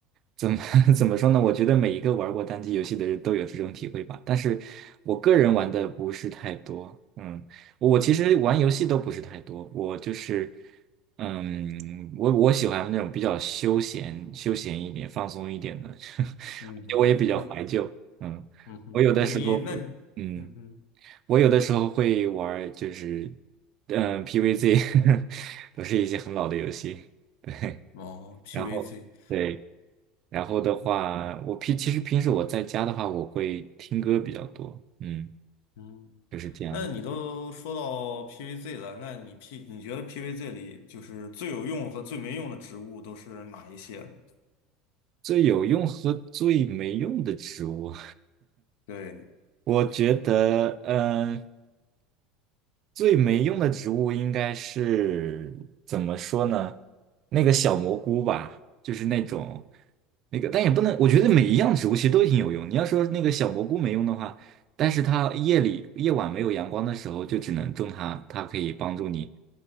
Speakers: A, on the right (about 45°); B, on the left (about 75°).
A: 怎么 <laughs> 怎么说呢？我觉得每一个玩过单机游戏的人都有这种体会吧，但是我个人玩的不是太多，嗯，我其实玩游戏都不是太多，
B: 嗯
A: 我就是。嗯，我我喜欢那种比较休闲、休闲一点、放松一点的，<laughs> 而且我也比较怀旧。
B: 嗯哼，那
A: 嗯，
B: 嗯哼，
A: 我有的时候，
B: 那你那
A: 嗯，
B: 嗯哼，
A: 我有的时候会玩儿就是嗯，PVZ，<laughs> 都是一些很老的游戏。对，
B: 哦，PVZ，
A: 然后对，然后的话，我平其实平时我在家的话，我会听歌比较多。嗯，
B: 嗯，
A: 就是这样。
B: 那你都说到 PVZ 了，那你 P 你觉得 PVZ 里就是最有用和最没用的植物都是哪一些呢？
A: 最有用和最没用的植物。
B: 对。
A: 我觉得，嗯、最没用的植物应该是怎么说呢？那个小蘑菇吧，就是那种那个，但也不能，我觉得每一样植物其实都挺有用。你要说那个小蘑菇没用的话，但是它夜里夜晚没有阳光的时候，就只能种它，它可以帮助你